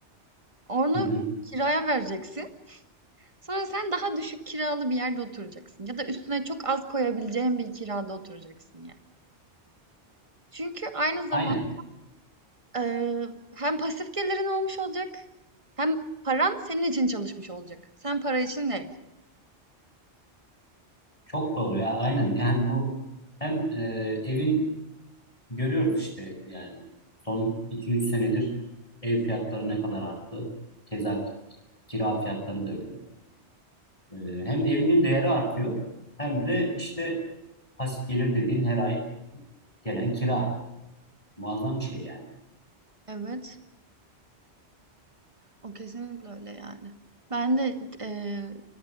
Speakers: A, on the right (about 30°); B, on the left (about 30°).
A: Onu
B: Hı hı.
A: kiraya vereceksin. Sonra sen daha düşük kiralı bir yerde oturacaksın ya da üstüne çok az koyabileceğin bir kirada oturacaksın yani. Çünkü aynı zaman
B: Aynen.
A: eee, hem pasif gelirin olmuş olacak hem paran senin için çalışmış olacak. Sen para için değil.
B: Çok doğru ya aynen yani bu hem e, evin görüyoruz işte yani son iki üç senedir ev fiyatları ne kadar arttı. Keza kira fiyatları da öyle. E, hem evinin değeri artıyor hem de işte pasif gelir dediğin her ay gelen kira. Muazzam bir şey yani.
A: Evet, o kesinlikle öyle yani. Ben de eee,